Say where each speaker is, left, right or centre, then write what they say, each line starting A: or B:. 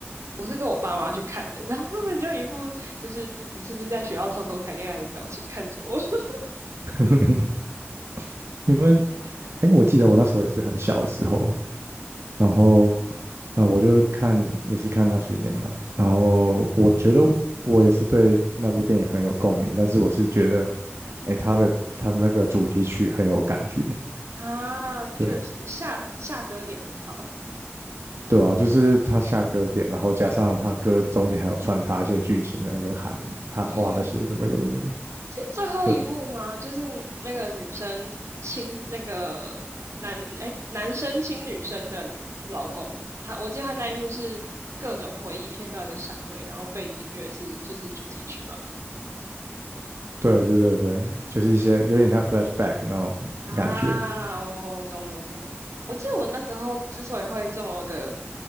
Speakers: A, on the right; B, on the right.
A: 我是跟我爸妈去看的，然后他们就一副就是你是不是在学校偷偷谈恋爱的表情看着我 <laughs>
B: <laughs> 因为哎，我记得我那时候也是很小的时候，然后啊、呃我就看也是看那些年嘛，然后我觉得我也是对那部电影很有共鸣，但是我是觉得哎，他的他的那个主题曲很有感觉，
A: 啊，
B: 对
A: 确实下下歌点很好，
B: 对啊，就是他下歌点，然后加上他歌中间还有穿插一些剧情，那个喊喊话那些什么有的没有，
A: 嗯嗯是最后一幕吗？
B: 对
A: 就是那个女生亲那个男，哎，男生亲女生的老公，他我记得他那一幕是各种回忆片段的闪回，然后背景乐是就是主题曲吧。
B: 对对对对，就是一些有点像 flashback 那种感觉，
A: 啊，哦，懂懂懂。我记得我那时候之所以会这么的，